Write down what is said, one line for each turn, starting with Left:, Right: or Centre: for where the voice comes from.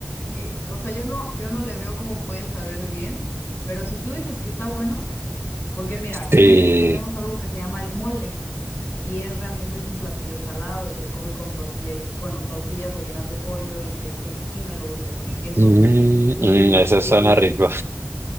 Left: que, o sea, yo no, yo no le veo cómo puede saber bien, pero si tú dices que está bueno, porque mira,
Right: Sí.
Left: aquí en México tenemos algo que se llama el mole y es realmente es un platillo salado y se come con tortilla y, bueno, tortillas rellenas de pollo y se echa encima y luego se le pone queso.
Right: Mm,
Left: Y,
Right: mm, eso
Left: y
Right: suena
Left: el,
Right: rico.